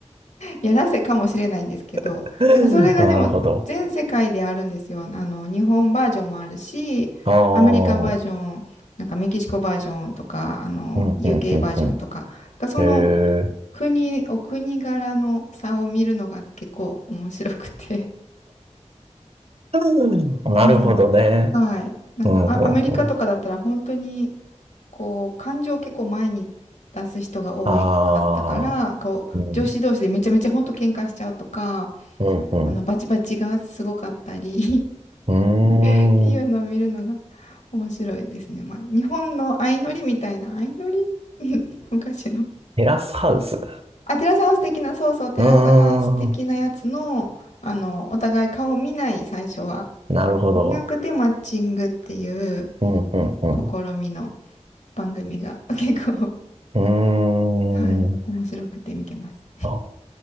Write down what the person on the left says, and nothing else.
やらせかもしれないんですけど、
なんかそれがでも全世界であるんですよ。
あの、日本バージョンもあるし、
アメリカバージョン、なんかメキシコバージョンとか、あの、
UK バージョンとか、なんかその
国、お国柄の差を見るのが結構面白くて。
<laughs> はい。はい。なんかあアメリカとかだったら本当に、
こう、感情を結構前に出す人が多かったから、
こう、
女子同士でめちゃめちゃ本当喧嘩しちゃうとか、
あの、バチバチがすごかったり
<laughs> っていうのを見るのが
面白いですね。まあ、日本の相乗りみたいな、相乗り <laughs> 昔の。
あ、テラスハウス的な、そうそう、テラスハウス的なやつの、
あの、お互い顔を見ない、最初は。
見なくてマッチングっていう
試みの番組が <laughs> 結構、
はい、
面白くて見てます。